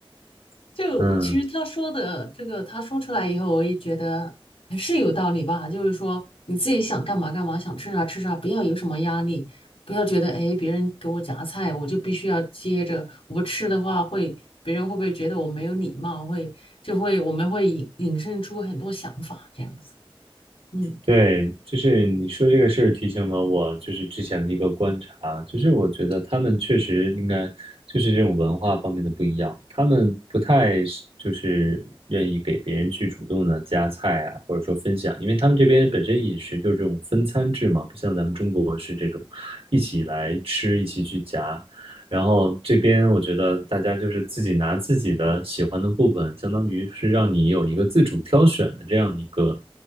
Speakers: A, on the left; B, on the right.
A: 就其实他说的这个，
B: 嗯。
A: 他说出来以后，我也觉得还是有道理吧。就是说你自己想干嘛干嘛，想吃啥吃啥，不要有什么压力，不要觉得哎别人给我夹菜，我就必须要接着，我不吃的话会别人会不会觉得我没有礼貌？会就会我们会引引申出很多想法这样子。嗯，
B: 对，就是你说这个事儿提醒了我，就是之前的一个观察，就是我觉得他们确实应该就是这种文化方面的不一样，他们不太是就是愿意给别人去主动的夹菜啊，或者说分享，因为他们这边本身饮食就是这种分餐制嘛，不像咱们中国是这种一起来吃，一起去夹。然后这边我觉得大家就是自己拿自己的喜欢的部分，相当于是让你有一个自主挑选的这样的一个